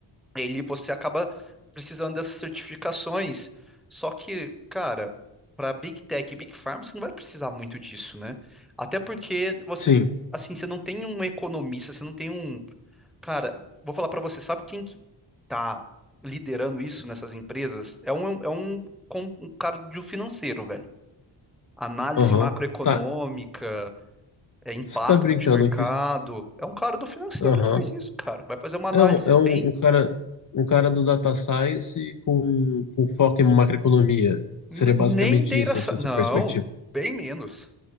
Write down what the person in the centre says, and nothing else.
ele você acaba precisando dessas certificações. Só que, cara, para Big Tech e Big Pharma, você não vai precisar muito disso, né? Até porque você,
assim, você não tem um economista, você não tem um Cara, vou falar pra você, sabe quem que tá liderando isso nessas empresas? É um, é um, com- um cara do financeiro, velho. Análise
macroeconômica,
é, impacto
de mercado.
É um cara do financeiro
que faz isso, cara. Vai fazer uma análise
bem.
n-
Nem data.
sci- Não,
bem menos.